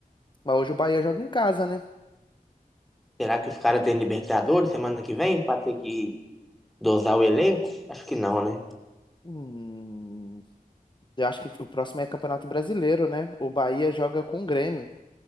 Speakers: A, on the left; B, in the centre.
A: Mas hoje o Bahia joga em casa, né?
B: Será que os caras têm Libertadores semana que vem para ter que dosar o elenco? Acho que não, né?
A: Hum, eu acho que o próximo é Campeonato Brasileiro, né? O Bahia joga com o Grêmio.